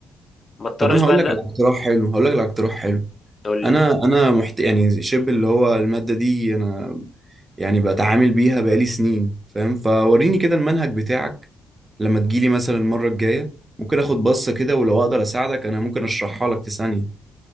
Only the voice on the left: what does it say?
ما اضطرش
بقى
لا
تقول
لي